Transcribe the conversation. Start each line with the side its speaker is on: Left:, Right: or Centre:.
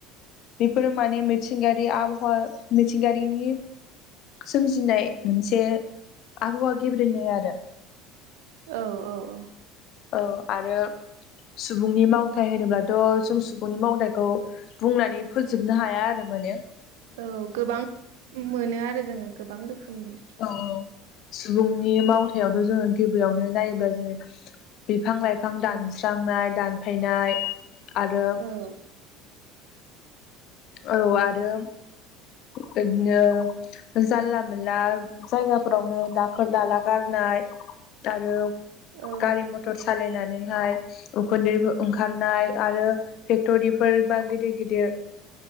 Left: बेफोरो माने मिथिंगारि आबहावा मिथिंगारिनि सोमजिनाय मोनसे आबहावा गेब्रेनाय आरो
Right: औ औ
Left: औ आरो सुबुंनि मावथाय होनोब्लाथ' जों सुबुंनि मावथाइखौ बुंनानै फोजोबनो हाया आरो माने
Right: औ गोबां मोनो आरो जोङो गोबां रोखोमनि
Left: औ औ सुबुंनि मावथायावथ' जोङो गिबियावनो नायोब्ला जोङो बिफां लाइफां दानस्रांनाय दानफायनाय आरो
Right: औ
Left: औ आरो बिदिनो जानला मोनला जायगाफोरावनो दाखोर दाला गारनाय आरो
Right: औ
Left: गारि मथर सालायनानैहाय उखुन्दै ओंखारनाय आरो फेक्टरिफोर ए बा गिदिर गिदिर